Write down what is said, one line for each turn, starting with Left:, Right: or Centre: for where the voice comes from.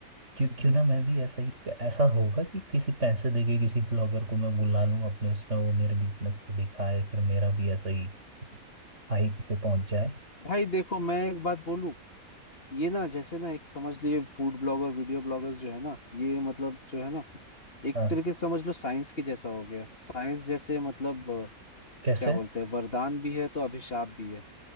Right: क्यों क्यों ना मैं भी ऐसा ही ऐसा होगा कि किसी पैसे देके किसी ब्लॉगर को मैं बुला लूं अपने उसमें वो मेरे बिजनेस को दिखाए फिर मेरा भी ऐसा ही हाइक पे पहुंच जाए
Left: भाई देखो मैं एक बात बोलूं ये ना जैसे ना एक समझ लिए फूड ब्लॉगर वीडियो ब्लॉगर्स जो है ना ये मतलब जो है ना एक
Right: हाँ
Left: तरीके से समझ लो साइंस के जैसा हो गया साइंस जैसे मतलब अ,
Right: कैसे
Left: क्या बोलते हैं वरदान भी है तो अभिशाप भी है